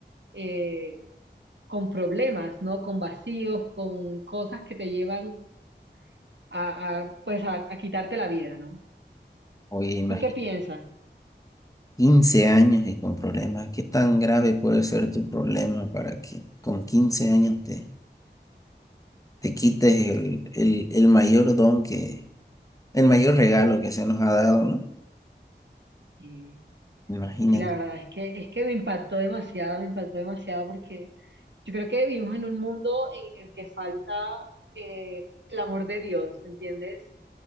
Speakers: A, on the right; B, on the left.
A: eh, con problemas, ¿no? Con vacíos, con cosas que te llevan a, a, pues a, a quitarte la vida, ¿no?
B: Oye, imagínate,
A: ¿Tú qué piensas?
B: 15 años y con problemas. ¿Qué tan grave puede ser tu problema para que con 15 años te, te quites el, el, el mayor don que, el mayor regalo que se nos ha dado, ¿no?
A: Y
B: Imagínate.
A: sí, la verdad es que es que me impactó demasiado, me impactó demasiado porque yo creo que vivimos en un mundo en el que falta eh, el amor de Dios, ¿entiendes?